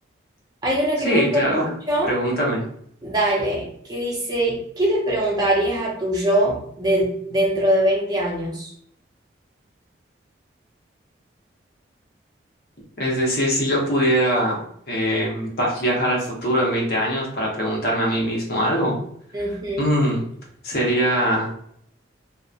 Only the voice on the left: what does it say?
Sí,
claro,
pregúntame.
Es decir, si yo pudiera eh, va- viajar al futuro en 20 años para preguntarme a mí mismo algo,
mm, sería